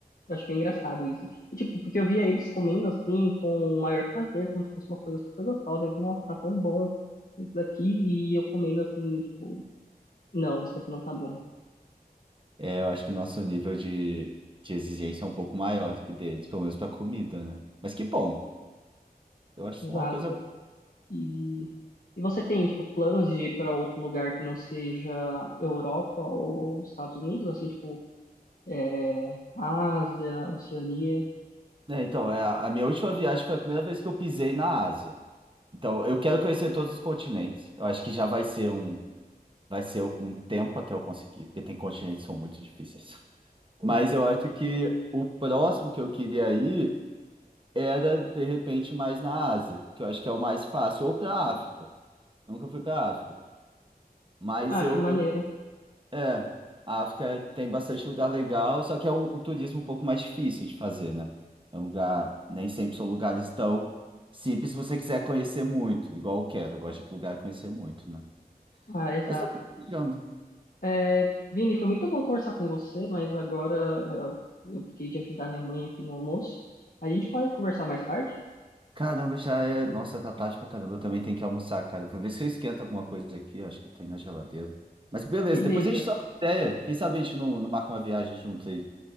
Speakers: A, on the left (about 60°); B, on the right (about 30°).
A: acho bem engraçado isso. E, tipo, porque eu via eles comendo assim com o maior prazer, como se fosse uma coisa super gostosa. Eles, nossa, tá tão bom isso daqui, e eu comendo assim, tipo, não, isso daqui não tá bom.
B: É, eu acho que nosso nível de, de exigência é um pouco maior do que deles, pelo menos pra comida, né? Mas que bom. Eu acho isso
A: Exato.
B: uma coisa...
A: E, e você tem, tipo, planos de ir para outro lugar que não seja Europa ou Estados Unidos, assim, tipo, é, Ásia, Oceania,
B: É, então, é, a a minha última viagem foi a primeira vez que eu pisei na Ásia. Então, eu quero conhecer todos os continentes. Eu acho que já vai ser um, vai ser um tempo até eu conseguir, porque tem continentes que são muito difíceis. Mas
A: sim.
B: eu acho que o próximo que eu queria ir era, de repente, mais na Ásia, que eu acho que é o mais fácil, ou para a África. Nunca fui para a África. Mas
A: Ah,
B: eu,
A: que maneiro.
B: eu, é, a África tem bastante lugar legal, só que é um, um turismo um pouco mais difícil de fazer, né? É um lugar, nem sempre são lugares tão simples se você quiser conhecer muito, igual eu quero, eu gosto de ir para lugar e conhecer muito, né?
A: Ah, exato.
B: Mas tô compartilhando.
A: É, Vini, foi muito bom conversar com você, mas agora é, eu fiquei de ajudar minha mãe aqui no almoço. A gente pode conversar mais tarde?
B: Caramba, já é. Nossa, tá tarde pra caramba. Eu também tenho que almoçar, cara. Vou ver se eu esquento alguma coisa aqui. Acho que eu tenho na geladeira. Mas beleza,
A: Beleza.
B: depois a gente troca ideia. Quem sabe a gente não, não marca uma viagem junto aí.